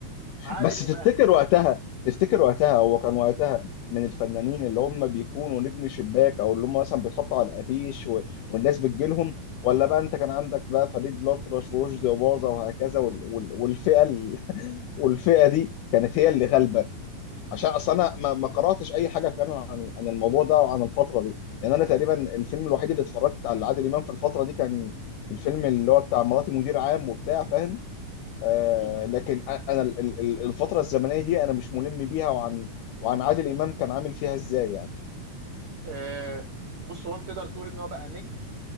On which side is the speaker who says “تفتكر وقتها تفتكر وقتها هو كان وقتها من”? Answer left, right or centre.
Left